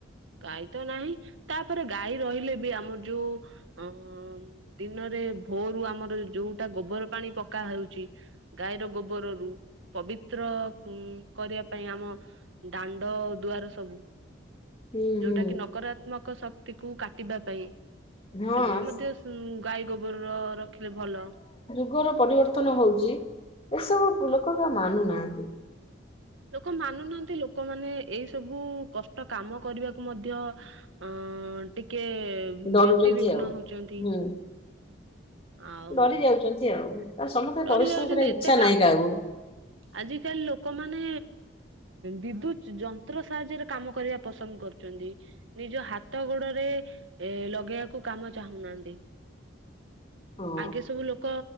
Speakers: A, on the right; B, on the left.
A: ଗାଈତ ନାହିଁ ତାପରେ ଗାଈ ରହିଲେବି ଆମର ଯୋଉ ଅ ଦିନରେ ଭୋରୁ ଆମର ଯୋଉଟା ଗୋବରପାଣି ପକା ହେଉଚି ଗାଈର ଗୋବରରୁ ପବିତ୍ର ଉ କରିବା ପାଇଁ ଆମ ଦାଣ୍ଡ ଦୁଆର ସ ସବୁ
B: ହୁଁ
A: ଯୋଉଟାକି ନକରାତ୍ମକ ଶକ୍ତିକୁ କାଟିବା ପାଇଁ ସେଗୁଡା଼
B: ହୁଁ ହଁ
A: ମଧ୍ୟ ଗାଈ ଗୋବର ରଖିଲେ ଭଲ।
B: ରୋଗର ପରିବର୍ତ୍ତନ ହଉଚି ଏସବୁ ଲୋକବି ମାନୁନାହାନ୍ତି।
A: ଲୋକ ମାନୁନାହାନ୍ତି ଲୋକମାନେ ଏଇ ସବୁ କଷ୍ଟ କାମ କରିବାକୁ ମଧ୍ୟ ଅ ଟିକେ
B: ଡରୁଛନ୍ତି
A: ବ୍ୟତିବିଘ୍ନ
B: ଆଉ।
A: ହଉଚନ୍ତି।
B: ହୁଁ
A: ଆଉ
B: ଡରି ଯାଉଛନ୍ତି ତା ସମସ୍ତେ
A: ଡ଼ରି
B: ପରିଶ୍ରମ
A: ଯାଉଚନ୍ତି
B: କରିବାକୁ
A: ଏତେ
B: ଇଚ୍ଛା
A: କାମ୍
B: ନାହିଁ କାହାକୁ
A: ଆଜିିକାଲି ଲୋ ଲୋକମାନେ ବିଦ୍ୟୁତଯନ୍ତ୍ର ସାହାଯ୍ୟରେ କାମ କରିବା ପସନ୍ଦ କରୁଚନ୍ତି। ନିଜ ହାତ ଗୋଡ଼ରେ ଏ ଲଗେଇବାକୁ କାମ ଚାହୁଁନାହାନ୍ତି।
B: ହଁ।
A: ଆଗେ ସବୁ ଲୋକ